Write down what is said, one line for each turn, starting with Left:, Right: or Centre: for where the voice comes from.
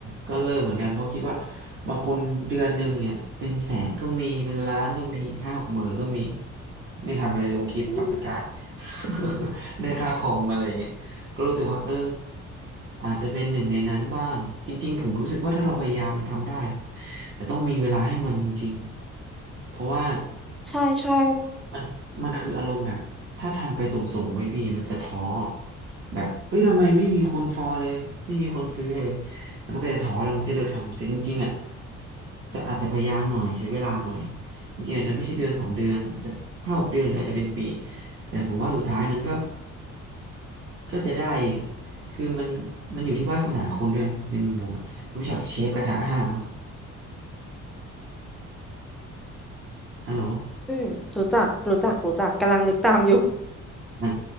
Right: ก็เริ่มเหมือนกันเพราะคิดว่าบางคนเดือนหนึ่งเนี่ยเป็นแสนก็มีเป็นล้านก็มีห้าหกหมื่นก็มีไม่ทำอะไรลงคลิปปักตะกร้า
Centre: อืม
Right: <laughs> ได้ค่าคอมอะไรเงี้ยก็รู้สึกว่าเอออาจจะเป็นหนึ่งในนั้นบ้างจริงๆผมรู้สึกว่าถ้าเราพยายามมันทำได้แต่ต้องมีเวลาให้มันจริงๆเพราะว่า
Centre: ใช่ใช่
Right: มันมันคืออารมณ์แบบถ้าทำไปส่งๆไว้พี่มันจะท้อแบบเอ้ยทำไมไม่มีคนฟอลเลยไม่มีคนซื้อเลยแล้วมันก็จะท้อแล้วมันก็จะเลิกทำแต่จริงๆอ่ะจะอาจจะพยายามหน่อยใช้เวลาหน่อยจริงๆอาจจะไม่ใช่เดือนสองเดือนอาจจะห้าหกเดือนหรืออาจจะเป็นปีแต่ผมว่าสุดท้ายมันก็ก็จะได้เองคือมันมันอยู่ที่วาสนาคนด้วยในมุมผมอะรู้จักเชฟกระทะห้างปะฮัลโห
Centre: อืมรู้จักรู้จักรู้จักกำลังนึกตามอยู่
Right: ล